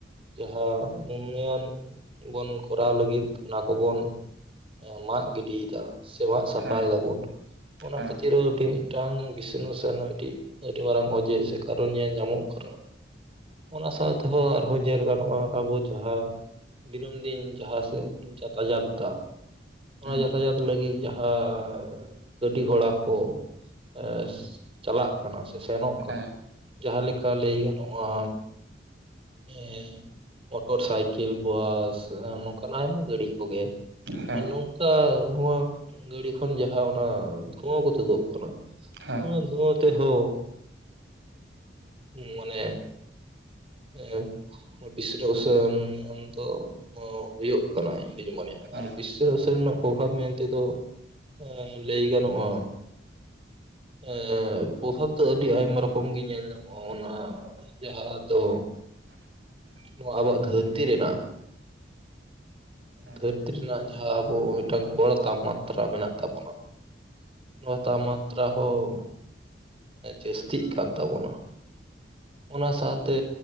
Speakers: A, on the right; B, on the right.
A: ᱡᱟᱦᱟᱸ ᱩᱱᱱᱚᱭᱚᱱ ᱵᱚᱱ ᱠᱚᱨᱟᱣ ᱞᱟᱹᱜᱤᱫ ᱚᱱᱟ ᱠᱚᱵᱚᱱ ᱮᱸ ᱢᱟᱜ ᱜᱤᱰᱤᱭᱫᱟ ᱥᱮ ᱢᱟᱜ ᱥᱟᱯᱟᱭ
B: ᱦᱮᱸ
A: ᱫᱟᱵᱚᱱ ᱚᱱᱟ
B: ᱦᱮᱸ
A: ᱠᱷᱟᱹᱛᱤᱨ ᱦᱚ ᱟᱹᱰᱤ ᱢᱤᱫᱴᱟᱝ <unintelligible> ᱱᱟᱜ ᱢᱤᱴᱮᱡ ᱟᱹᱰᱤ ᱢᱟᱨᱟᱝ ᱚᱡᱮ ᱥᱮ ᱠᱟᱨᱚᱱ ᱧᱮᱞ ᱧᱟᱢᱚᱜ ᱠᱟᱱᱟ᱾ ᱚᱱᱟ ᱥᱟᱶ ᱛᱮᱦᱚᱸ ᱟᱨᱦᱚᱸ ᱧᱮᱞ ᱜᱟᱱᱚᱜᱼᱟ ᱟᱵᱚ ᱡᱟᱦᱟᱸ ᱫᱤᱱᱟᱹᱢ ᱫᱤᱱ ᱡᱟᱦᱟᱸ ᱥᱮᱜ ᱵᱚᱱ ᱪᱟᱛᱟᱡᱟᱛᱫᱟ ᱚᱱᱟ
B: ᱦᱩᱸ
A: ᱡᱟᱛᱟᱭᱟᱛ ᱞᱟᱹᱜᱤᱜ ᱡᱟᱦᱟᱸ ᱜᱟᱹᱰᱤ ᱜᱷᱚᱲᱟ ᱠᱚ ᱮᱸ ᱪᱟᱞᱟᱜ ᱠᱟᱱᱟ ᱥᱮ ᱥᱮᱱᱚᱜ ᱠᱟᱱᱟ
B: ᱦᱮᱸ
A: ᱡᱟᱦᱟᱸ ᱞᱮᱠᱟ ᱞᱟᱹᱭ ᱜᱟᱱᱚᱜᱼᱟ ᱮᱸ ᱢᱚᱴᱚᱨ ᱥᱟᱭᱠᱮᱞ ᱵᱟᱥ ᱮᱸ ᱱᱚᱝᱠᱟᱱᱟᱜ ᱟᱭᱢᱟ ᱜᱟᱹᱲᱤ ᱠᱚᱜᱮ᱾
B: ᱦᱮᱸ ᱦᱮᱸ
A: ᱱᱚᱝᱠᱟ ᱱᱚᱣᱟ ᱜᱟᱹᱲᱤ ᱠᱷᱚᱱ ᱡᱟᱦᱟᱸ ᱚᱱᱟ ᱫᱷᱩᱣᱟᱹ ᱠᱚ ᱛᱩᱫᱩᱜ ᱠᱟᱱᱟ᱾
B: ᱦᱮᱸ
A: ᱱᱚᱣᱟ ᱫᱷᱩᱣᱟᱹ ᱛᱮᱦᱚ ᱮᱸ ᱢᱟᱱᱮ ᱮᱸᱯ <unintelligible> ᱢᱮᱱᱫᱚ ᱦᱩᱭᱩᱜ ᱠᱟᱱᱟ ᱤᱧ ᱫᱚᱧ ᱢᱚᱱᱮᱭᱟ᱾
B: ᱦᱮᱸ
A: ᱟᱨ <unintelligible> ᱱᱟᱜ ᱯᱚᱵᱷᱟᱵ ᱢᱮᱱᱛᱮ ᱫᱚ ᱮᱸ ᱞᱟᱹᱭ ᱜᱟᱱᱚᱜᱼᱟ ᱮᱸ ᱯᱚᱵᱷᱟᱵᱽ ᱫᱚ ᱟᱹᱰᱤ ᱟᱭᱢᱟ ᱨᱚᱠᱚᱢ ᱜᱮ ᱧᱮᱞ ᱧᱟᱢᱚᱜᱼᱟ ᱚᱱᱟ ᱡᱟᱦᱟᱸ ᱫᱚ ᱱᱚᱣᱟ ᱟᱵᱚᱣᱟᱜ ᱫᱷᱟᱹᱨᱛᱤ ᱨᱮᱱᱟᱜ
B: ᱦᱮᱸ
A: ᱫᱷᱟᱹᱨᱛᱤ ᱨᱮᱱᱟᱜ ᱡᱟᱦᱟᱸ ᱟᱵᱚ ‌ ᱢᱤᱫᱴᱟᱝ ᱜᱚᱲ ᱛᱟᱯᱢᱟᱛᱛᱨᱟ ᱢᱮᱱᱟᱜ ᱛᱟᱵᱚᱱᱟ, ᱱᱚᱣᱟ ᱛᱟᱯᱢᱟᱛ ᱛᱨᱟ ᱦᱚᱸ ᱡᱟᱹᱥᱛᱤᱜ ᱠᱟᱱ ᱛᱟᱵᱚᱱᱟ ᱾ ᱚᱱᱟ ᱥᱟᱶᱛᱮ